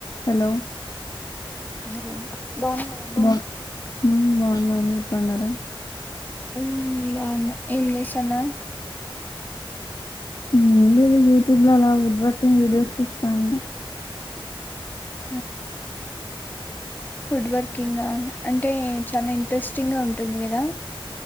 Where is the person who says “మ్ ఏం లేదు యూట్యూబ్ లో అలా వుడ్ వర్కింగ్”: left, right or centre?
Left